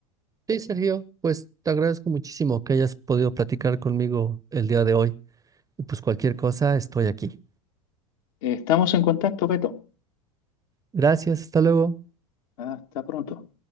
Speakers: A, on the right; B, on the left.
A: Sí, Sergio, pues te agradezco muchísimo que hayas podido platicar conmigo el día de hoy. Y pues cualquier cosa, estoy aquí.
B: Eh, estamos en contacto, Beto.
A: Gracias, hasta luego.
B: Hasta pronto.